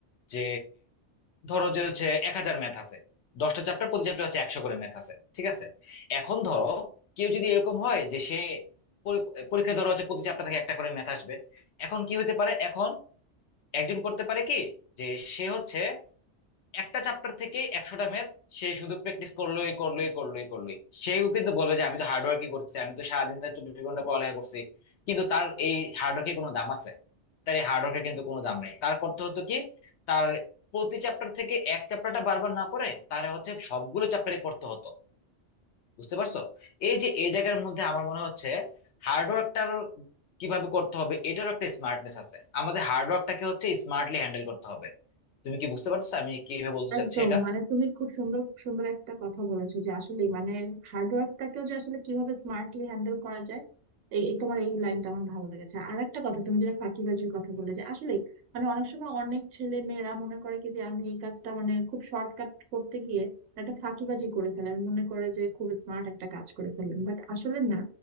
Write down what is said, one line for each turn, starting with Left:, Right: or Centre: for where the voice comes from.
Left: যে ধরো যে হচ্ছে এক হাজার ম্যাথ আছে দশটা চ্যাপ্টার প্রতি চ্যাপ্টার হচ্ছে একশো করে ম্যাথ আছে ঠিক আছে এখন ধরো কেউ যদি এরকম হয় যে সে পরি- পরীক্ষায় ধরো হচ্ছে প্রতি চ্যাপ্টার থেকে একটা করে ম্যাথ আসবে এখন কি হতে পারে এখন একজন করতে পারে কি যে সে হচ্ছে একটা চ্যাপ্টার থেকে একশোটা ম্যাথ সে শুধু প্র্যাকটিস করলোই করলোই করলোই করলোই সেও কিন্তু বলবে যে আমি তো হার্ডওয়ার্কই করছি আমি তো সারাদিন রাত চব্বিশ ঘন্টা পড়ালেখা করছি কিন্তু তার এই হার্ডওয়ার্কের কোনো দাম আছে তার এই হার্ডওয়ার্কের কিন্তু কোনো দাম নাই তার করতে হতো কি তার প্রতি চ্যাপ্টার থেকে এক চ্যাপ্টারটা বারবার না পড়ে তার হচ্ছে সবগুলো চ্যাপ্টারে পড়তে হতো বুঝতে পারছো এই যে এই জায়গার মধ্যে আমার মনে হচ্ছে হার্ডওয়ার্কটার কিভাবে করতে হবে এটারও একটা স্মার্টনেস আছে আমাদের হার্ডওয়ার্কটাকে হচ্ছে স্মার্টলি হ্যান্ডেল করতে হবে তুমি কি বুঝতে পারছো আমি কিভাবে বলতে চাচ্ছি
Right: একদম
Left: এটা
Right: মানে তুমি খুব সুন্দর সুন্দর একটা কথা বলেছো যে আসলে মানে হার্ডওয়ার্কটাকেও যে আসলে কিভাবে স্মার্টলি হ্যান্ডেল করা যায় এই এই তোমার এই লাইনটা আমার ভালো লেগেছে আর একটা কথা তুমি যেটা ফাঁকিবাজির কথা বলে যে আসলে মানে অনেক সময় অনেক ছেলে মেয়েরা মনে করে কি যে আমি এই কাজটা মানে খুব শর্টকাট করতে গিয়ে একটা ফাঁকিবাজি করে ফেলে আমি মনে করে যে খুব স্মার্ট একটা কাজ করে ফেললেন বাট আসলে না